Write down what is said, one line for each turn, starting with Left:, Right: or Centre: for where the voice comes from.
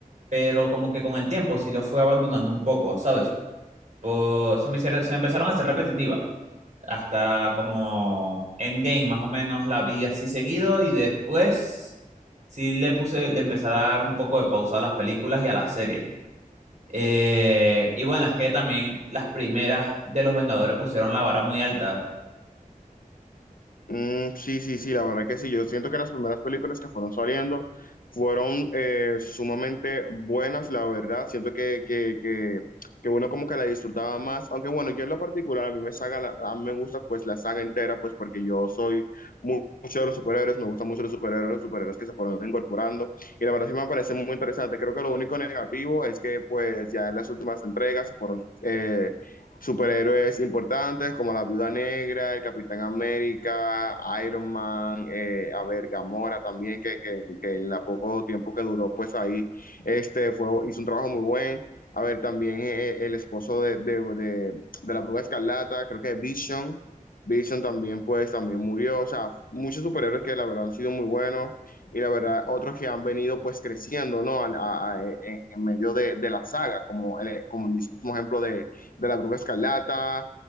Right: pero como que con el tiempo sí lo fui abandonando un poco, ¿sabes? Pues se me hicieron- se me empezaron a hacer repetitivas, hasta como Endgame más o menos la vi así seguido y después sí le puse, le empecé a dar un poco de pausa a las películas y a las series. Eh, y bueno, es que también las primeras de los Vengadores pusieron la vara muy alta.
Left: Mm, sí, sí, sí, la verdad que sí. Yo siento que las primeras películas que fueron saliendo fueron eh, sumamente buenas, la verdad. Siento que, que, que, que uno como que la disfrutaba más. Aunque bueno, yo en lo particular, a mí me, saga, la- a mí me gusta pues la saga entera, pues porque yo soy mu- mucho de los superhéroes, me gustan mucho los superhéroes, los superhéroes que se fueron incorporando. Y la verdad sí me parece muy interesante. Creo que lo único negativo es que pues ya en las últimas entregas se fueron... eh, superhéroes importantes como la Viuda Negra, el Capitán América, Iron Man, eh, a ver, Gamora también, que, que, que en la poco tiempo que duró, pues ahí este fue, hizo un trabajo muy buen. A ver, también eh, eh, el esposo de, de, de, de la Bruja Escarlata, creo que Vision, Vision también, pues, también murió. O sea, muchos superhéroes que la verdad han sido muy buenos y la verdad otros que han venido, pues, creciendo, ¿no? A, a, a, en, en, medio de, de, la saga, como el, como el mismo ejemplo de, de la Bruja Escarlata